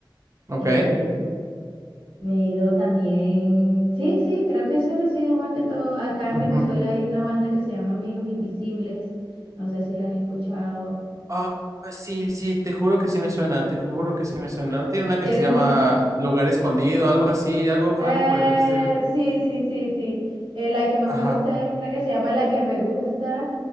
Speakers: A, on the right; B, on the right.
A: ok.
B: eh, me he ido también, sí, sí, creo que eso ha sido más que todo. Acá en
A: ujú.
B: Venezuela hay una banda que se llama Amigos Invisibles, no sé si la has escuchado.
A: Ah, sí, sí, te juro que sí me suena, te juro que sí me suena. ¿No tiene una que
B: Tienen
A: se llama
B: un,
A: Lugar Escondido, algo así, algo,
B: eh,
A: algo por el estilo?
B: sí, sí, sí, sí. Eh, la que más
A: Ajá,
B: me gusta es una que se llama La que me gusta.